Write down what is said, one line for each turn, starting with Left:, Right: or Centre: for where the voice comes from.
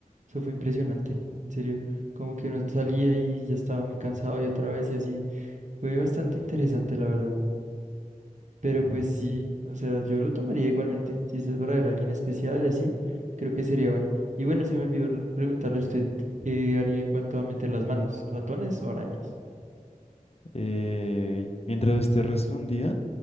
Right: Eso fue impresionante, en serio. Como que uno salía y ya estaba muy cansado y otra vez y así. Fue bastante interesante, la verdad. Pero pues sí, o sea, yo lo tomaría igualmente. Si es para ver a alguien especial y así, creo que sería bueno. Y bueno, se me olvidó r- preguntarle a usted qué haría en cuanto a meter las manos, ¿ratones o arañas?
Left: Eh, mientras usted respondía,